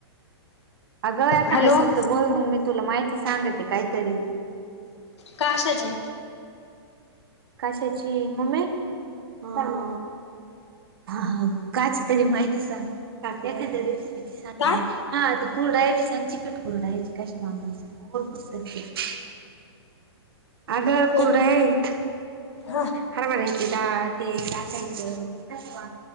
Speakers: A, on the right; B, on the left.
A: आगं एखांदा
B: हॅलो
A: शब्द बोल, मंग मी तुला माहिती सांगते काहीतरी.
B: काशाची?
A: काशाची, मम्मी हां. हा कशची तरी माहिती सांग का एकदा रेसिपी सांग.
B: काय
A: हां ते कुरडायची सांग चिकट कुरडायचे कशा बनवायचं मंग पुस्तक ठेव. आगं,
B: हो
A: कुरडयेत
B: हा
A: हरभऱ्याची डाळ, ते टाकायचं. हा,